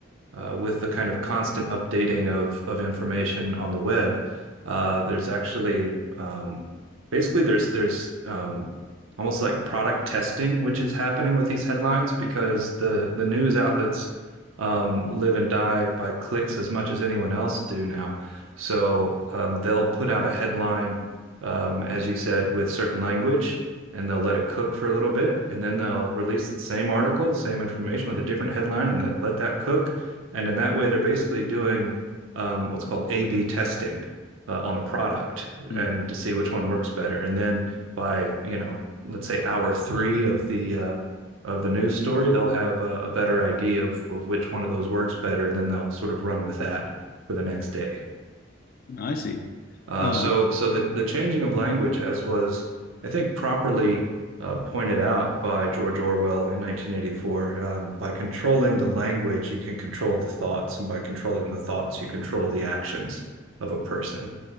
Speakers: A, on the right; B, on the left.
A: uh, with the kind of constant updating of of information on the web, uh, there's actually um, basically there's there's um, almost like product testing which is happening with these headlines because the the news outlets um, live and die by clicks as much as anyone else do now. So um, they'll put out a headline, um, as you said, with certain language. And they'll let it cook for a little bit, and then they'll release the same article, the same information with a different headline, and that, let that cook and in that way, they're basically doing um, what's called A/B testing uh, on a product
B: Mm-hmm.
A: and to see which one works better. And then by, you know, let's say hour three of the uh, of the news story, they'll have a, a better idea of, of which one of those works better, and then they'll sort of run with that for the next day.
B: I see.
A: Uh,
B: Um,
A: so, so the the changing of language, as was I think properly uh, pointed out by George Orwell in 1984, um, by controlling the language, you can control the thoughts, and by controlling the thoughts, you control the actions of a person.